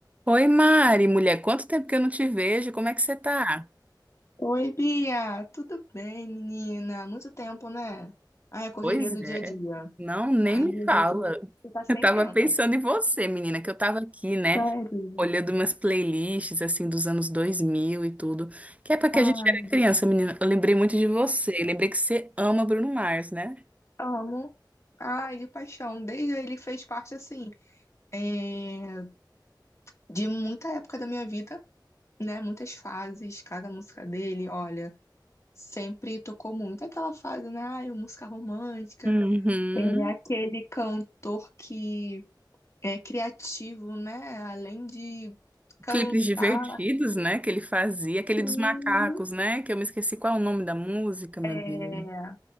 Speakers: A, on the right; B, on the left.
A: Oi, Mari, mulher, quanto tempo que eu não te vejo? Como é que você tá?
B: Oi, Bia, tudo bem, menina? Muito tempo, né? Ai, a correria
A: Pois
B: do
A: é.
B: dia a dia.
A: Não, nem
B: Aí
A: me
B: a
A: fala.
B: gente fica sem
A: Eu tava
B: tempo.
A: pensando em você, menina, que eu tava aqui, né,
B: Sério?
A: olhando umas playlists assim dos anos 2000 e tudo, que época que
B: Ai,
A: a gente era criança, menina. Eu lembrei muito de você, lembrei que você ama Bruno Mars, né?
B: amo. Ai, de paixão. Desde aí ele fez parte, assim, é, de muita época da minha vida, né? Muitas fases, cada música dele, olha, sempre tocou muito. Aquela fase, né? Ai, música romântica.
A: Uhum.
B: Ele é aquele cantor que é criativo, né? Além de cantar,
A: Clipes divertidos, né, que ele fazia, aquele
B: assim,
A: dos macacos, né, que eu me esqueci qual é o nome da música, meu
B: é,
A: Deus.